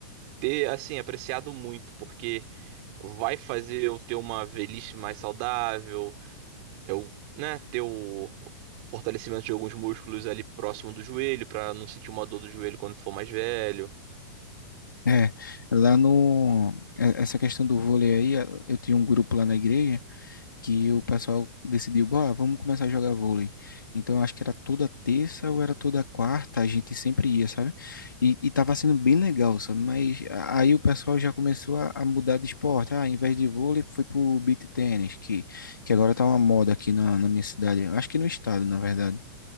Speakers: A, on the right; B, on the left.
A: ter, assim, apreciado muito, porque vai fazer eu ter uma velhice mais saudável, eu, né, ter o fortalecimento de alguns músculos ali próximo do joelho, pra não sentir uma dor do joelho quando for mais velho.
B: É, lá no. é- Essa questão do vôlei aí, eh, eu tinha um grupo lá na igreja que o pessoal decidiu, "Bora, vamos começar a jogar vôlei. Então, eu acho que era toda terça ou era toda quarta, a gente sempre ia, sabe? E, e tava sendo bem legal, sabe? Mas a- aí o pessoal já começou a, a mudar de esporte. Ah, ao invés de vôlei, foi pro beach tennis, que, que agora tá uma moda aqui na, na minha cidade. Acho que no estado, na verdade.